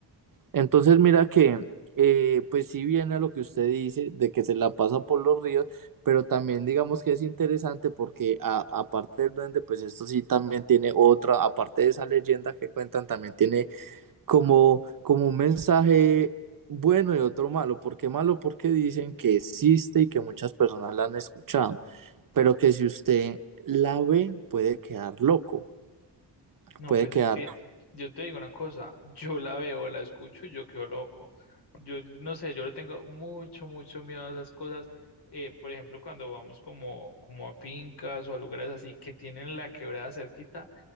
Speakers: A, on the right (about 50°); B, on the left (about 65°).
A: Entonces, mira que, eh, pues sí viene a lo que usted dice, de que se la pasa por los ríos, pero también digamos que es interesante porque a- aparte del duende, pues esto sí también tiene otra, aparte de esa leyenda que cuentan, también tiene como, como un mensaje bueno y otro malo. ¿Por qué malo? Porque dicen que existe y que muchas personas la han escuchado pero que si usted la ve puede quedar loco,
B: No,
A: puede
B: pues
A: quedar
B: es que yo te digo una cosa, yo la veo, la escucho y yo quedo loco. Yo no sé, yo le tengo mucho, mucho miedo a esas cosas. Eh, por ejemplo, cuando vamos como, como a fincas o a lugares así que tienen la quebrada cerquita,